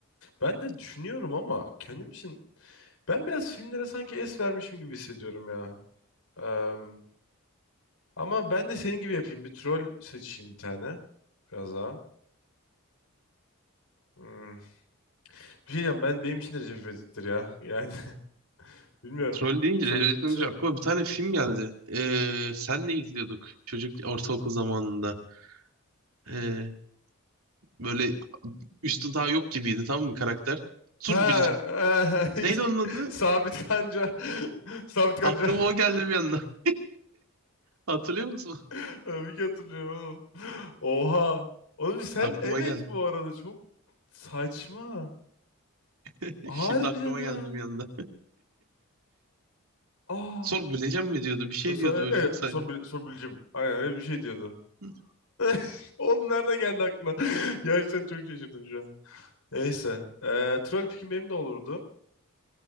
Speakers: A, on the left (about 80°); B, on the right (about 75°).
A: Ben de düşünüyorum ama kendim için ben biraz filmlere sanki es vermişim gibi hissediyorum ya. Em, ama ben de senin gibi yapayım. Bir troll seçeyim bir tane. Biraz daha. Hmm. Bir şey diyeceğim ben benim için de Recep İvedik'tir ya. Yani <laughs> bilmiyorum.
B: Troll deyince,
A: Çok,
B: Recep
A: tro-
B: deyince aklıma bir tane film geldi. Ee, sen ne izliyorduk çocuk ortaokul zamanında? Ee, böyle üstü daha yok gibiydi tamam mı karakter? Tur
A: ha,
B: Neydi onun
A: <laughs>
B: adı?
A: Sabit Kanca. <laughs> Sabit Kanca.
B: Aklıma o geldi bir anda. <laughs> Hatırlıyor musun?
A: <laughs> Tabii ki hatırlıyorum oğlum. Oha. Oğlum sen
B: Aklıma
A: evet
B: geldi.
A: bu arada çok saçma.
B: <laughs>
A: Harbiden
B: Şimdi aklıma
A: ha.
B: geldi bir anda.
A: Ah.
B: Sor bileceğim mi diyordu. Bir şey
A: Sonra,
B: diyordu böyle
A: e,
B: çok saçma.
A: e, sor, sorbileceğim. Aynen öyle bir şey diyordu.
B: <laughs>
A: <laughs> Oğlum nereden geldi aklına? <laughs> Gerçekten çok şaşırdım şu an. Neyse. Ee, troll pikim benim de olurdu.